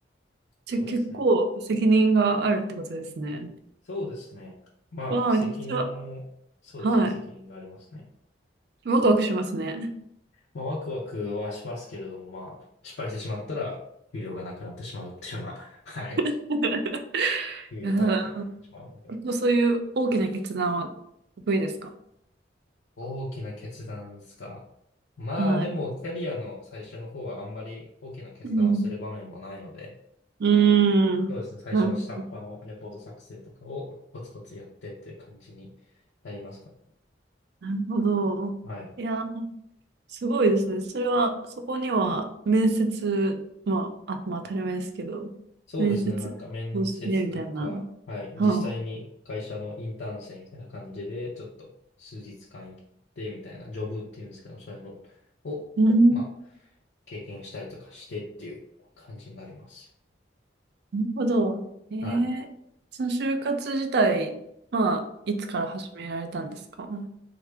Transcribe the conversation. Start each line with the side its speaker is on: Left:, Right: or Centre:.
Right: じゃあ結構責任があるってことですね。
Left: そうですね。そうですね。まあ、
Right: わあ、
Left: 責任も、
Right: めちゃくちゃ、
Left: そうですね。
Right: はい。
Left: 責任がありますね。
Right: ワクワクしますね。
Left: まあ、ワクワクはしますけれども、まあ、失敗してしまったら、給料がなくなってしまうっていうような、<laughs> はい。
Right: <laughs>
Left: 給与体系になってしまうので。
Right: いやー結構そういう大きな決断は得意ですか
Left: 大きな決断ですか。まあ、
Right: はい。
Left: でも、キャリアの最初の方はあんまり大きな決断をする場面もないので、
Right: うん。うーん。
Left: そうですね。最初は下っ端のレポート作成とかをコツコツやってっていう感じに
Right: なる
Left: なりますか。
Right: なるほど。
Left: はい。
Right: いやーすごいですね。それは、そこには面接、まあ、あ、まあ当たり前ですけど、
Left: そうですね。
Right: 面接をしてみたいな。
Left: なんか面接とか、はい。実際に会社のインターン生みたいな感じで、
Right: はあ、
Left: ちょっと数日間行ってみたいな、ジョブっていうんですけど、そういうのを、
Right: うん、
Left: まあ、経験したりとかしてっていう感じになります。
Right: なるほど。ええその就活自体、
Left: はい。
Right: まあ、いつから始められたんですかうん